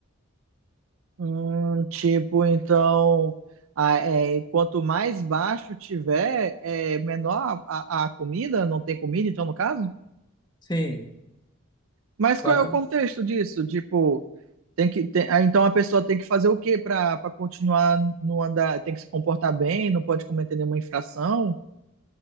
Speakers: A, on the right; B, on the left.
A: Hum, tipo, então, a- é, quanto mais baixo tiver, é menor a, a a comida? Não tem comida, então, no caso?
B: Sim.
A: Mas
B: Vai
A: qual é
B: tomar-
A: o contexto disso? Tipo, tem que, tem- ah, então a pessoa tem que fazer o quê para para continuar no andar? Tem que se comportar bem, não pode cometer nenhuma infração?